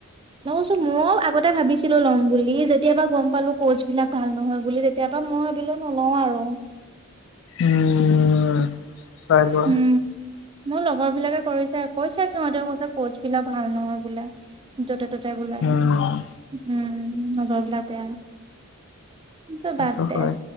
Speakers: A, on the right; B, on the left.
A: নহলেচোন মই আগতে ভাবিছিলো লম বুলি যেতিয়াবা গম পালো কচ বিলাক ভাল নহয় বুলি তেতিয়া পা মই বিলো নলও আৰু
B: উম চাইলোৱা।
A: উম, মোৰ লগৰ বিলাকে কৰিছে, কৈছে সিহঁতেও কৈছে ক'চ বিলাক ভাল নহয় বোলে। য'তে ততে বোলে,
B: উম
A: উম নজৰ বিলাক বেয়া।
B: সেইটো
A: বাদ
B: হয়
A: দে